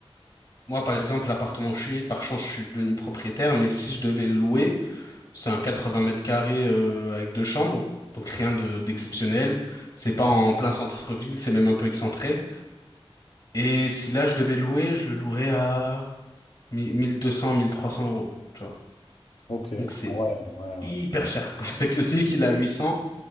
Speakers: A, on the left (about 55°); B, on the left (about 75°).
A: Moi, par exemple, l'appartement où je suis, par chance, je suis devenu propriétaire, mais si je devais le louer, C'est un 80 mètres carrés euh, avec deux chambres, donc rien de d'exceptionnel. C'est pas en plein centre-ville, c'est même un peu excentré. Et si là je devais louer, je le louerais à 1000 1200, 1300 euros, tu vois.
B: Ok.
A: Donc c'est
B: Ah ouais, ouais, ouais.
A: hyper cher. <laughs> Quand c'est que le SMIC il est à 800,